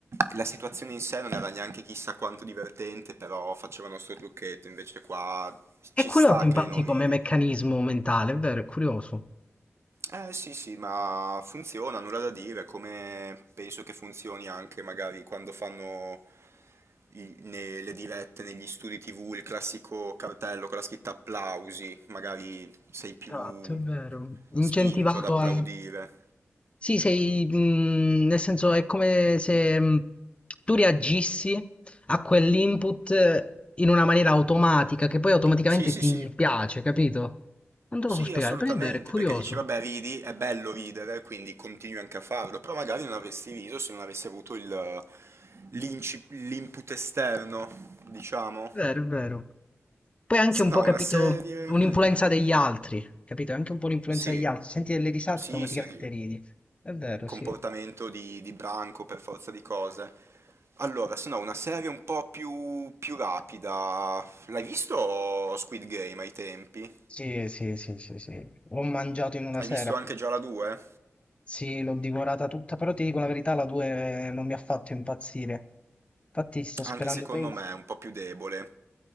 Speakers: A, on the right; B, on the left.
A: la situazione in sé non era neanche chissà quanto divertente, però facevano sto trucchetto, invece qua
B: È
A: ci
B: curioso
A: sta
B: infatti
A: che non ridi.
B: come meccanismo mentale, è vero, è curioso.
A: Eh sì sì, ma funziona, nulla da dire, come penso che funzioni anche magari quando fanno i- nelle dirette, negli studi TV, il classico cartello con la scritta applausi, magari sei più
B: Esatto, è vero. Incentivato
A: spinto ad applaudire.
B: a... Sì, sei, mh, nel senso è come se mh, tu reagissi a quell'input in una maniera automatica che poi automaticamente
A: Sì sì
B: ti
A: sì,
B: piace, capito? Non te
A: sì
B: lo so spiegare,
A: assolutamente,
B: però è vero, è curioso.
A: perché dici vabbè ridi, è bello ridere, quindi continui anche a farlo, però magari non avresti riso se non avessi avuto il- l'inci- l'input esterno, diciamo.
B: È vero, è vero. Poi è anche
A: Se
B: un
A: no,
B: po', capito,
A: una serie...
B: un'influenza
A: mm,
B: degli altri, capito? È anche un po' l'influenza
A: sì,
B: degli altri. Senti delle risate,
A: sì,
B: automaticamente
A: sì,
B: ridi. È vero,
A: comportamento
B: sì.
A: di, di branco per forza di cose. Allora, se no, una serie un po' più, più rapida. L'hai visto Squid Game ai tempi?
B: Sì, sì, sì, sì, sì. L'ho mangiato in una
A: Hai
B: sera.
A: visto anche già la 2?
B: Sì, l'ho divorata tutta, però ti dico la verità, la 2 non mi ha fatto impazzire. Infatti sto sperando
A: Anche secondo
B: poi... in-
A: me è un po' più debole.